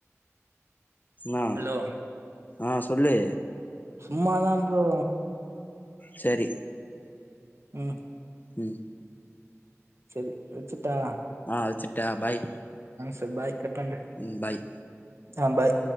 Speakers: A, on the left (about 35°); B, on the right (about 60°).
A: ம்
B: ஹலோ
A: ஆ சொல்லு
B: சும்மாதா ஃப்ரோ
A: சரி
B: ம்
A: ம்
B: செரி வச்சுற்ட்டா
A: ஆ வச்சுற்ட்டா ஃபாய்
B: சரி பாய் கட் பண்றே
A: ம் ஃபாய்
B: ஆ ஃபாய்